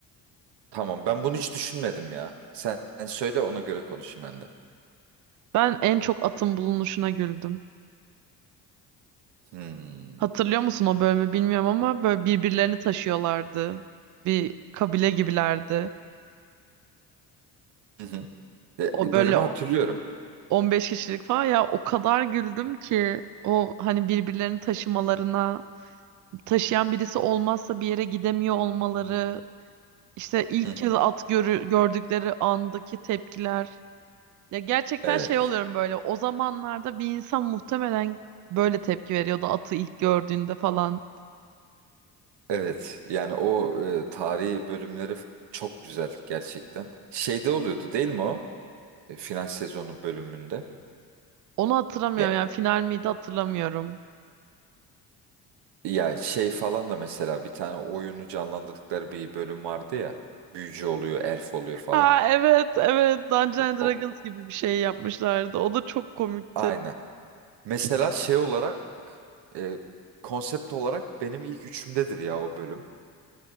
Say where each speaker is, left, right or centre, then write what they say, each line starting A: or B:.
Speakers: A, on the right; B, on the right.
A: tamam ben bunu hiç düşünmedim ya. Sen sen söyle ona göre konuşayım ben de.
B: Ben en çok atın bulunuşuna güldüm.
A: Hmm.
B: Hatırlıyor musun o bölümü bilmiyorum ama böyle birbirlerini taşıyorlardı. Bir kabile gibilerdi.
A: Hı hı. E,
B: O böyle
A: Bölümü hatırlıyorum.
B: 15 kişilik falan ya o kadar güldüm ki o hani birbirlerini taşımalarına taşıyan birisi olmazsa bir yere gidemiyor olmaları işte ilk
A: Hı hı.
B: kez at görü gördükleri andaki tepkiler ya gerçekten
A: Evet,
B: şey oluyorum böyle o zamanlarda bir insan muhtemelen böyle tepki veriyordu atı ilk gördüğünde falan
A: evet. Yani o e, tarihi bölümleri f- çok güzel gerçekten. Şeyde oluyordu değil mi o? E, final sezonu bölümünde.
B: onu hatırlamıyorum
A: Ya,
B: yani final miydi hatırlamıyorum.
A: ya şey falan da mesela bir tane oyunu canlandırdıkları bir bölüm vardı ya. Büyücü oluyor, elf oluyor falan.
B: Ha evet evet Dungeons
A: O,
B: and Dragons
A: o-
B: gibi bir şey yapmışlardı o da çok komikti.
A: Aynen. Mesela şey olarak, e, konsept olarak benim ilk üçümdedir ya o bölüm.